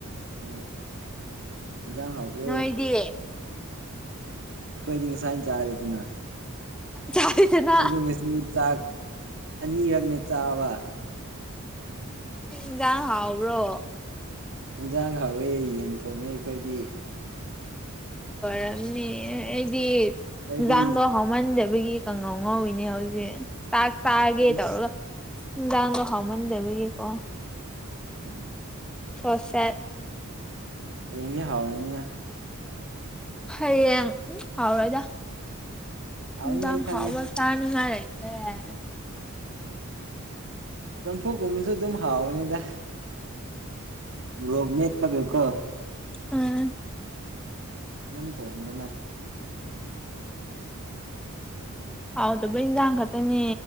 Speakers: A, on the right; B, in the centre.
A: ꯑꯣ ꯏꯟꯖꯥꯡ ꯍꯥꯎꯕ꯭ꯔꯣ
B: ꯅꯣꯏꯗꯤ꯫
A: ꯑꯩꯈꯣꯏꯗꯤ ꯉꯁꯥꯏꯅ ꯆꯥꯔꯦꯗꯅ꯫
B: ꯆꯥꯔꯦꯗꯅ
A: ꯑꯩꯗꯤ ꯉꯁꯤ ꯆꯥꯛ ꯑꯅꯤꯔꯛꯅꯦ ꯆꯥꯕ
B: ꯉ ꯍꯥꯎꯕ꯭ꯔꯣ
A: ꯌꯦꯟꯁꯥꯡ ꯍ ꯍꯧꯋꯤ ꯌꯦꯟ ꯊꯣꯡꯉꯦ ꯑꯩꯈꯣꯏꯗꯤ
B: ꯔꯝꯅꯤ ꯑꯩꯗꯤ
A: ꯑꯩꯈꯣꯏꯗꯤ
B: ꯂꯗ ꯍꯃꯟꯗꯕ ꯍꯥꯏꯕꯒꯤ ꯀꯥꯡꯉꯧ ꯉꯧꯤꯅꯦ ꯍꯧꯖꯤꯖꯤꯛ ꯆꯥꯛ ꯆꯥꯒꯦ
A: ꯑꯩꯁ
B: ꯇꯧꯔꯒ ꯉꯥꯡꯒ ꯍꯃꯟꯗꯒꯀꯣ
A: ꯎꯝ ꯎꯝ
B: ꯁꯣꯁꯦ
A: ꯍꯌꯦꯡꯗꯤ ꯍꯥꯎꯔꯅꯤꯅ
B: ꯍꯌꯦꯡ ꯎꯝ ꯍꯥꯎꯔꯗ
A: ꯍꯥꯎꯅꯤ
B: ꯗꯥꯪ
A: ꯑꯩ ꯈꯪꯉꯦ
B: ꯍꯥꯎꯕ ꯇꯥꯅꯉꯥꯏꯔꯒꯦ ꯔ
A: ꯆꯝꯐꯨꯒꯨꯝꯕꯁꯨ ꯑꯗꯨꯝ ꯍꯥꯎꯋꯅꯤꯗ ꯔꯣꯒ ꯃ ꯇꯒꯦꯀꯣ
B: ꯎꯝ
A: ꯑꯗꯨꯝ ꯇꯣꯡꯗꯅ
B: ꯍꯥꯎꯗꯕ ꯏꯟꯁꯥꯡ ꯈꯛꯇꯅꯦ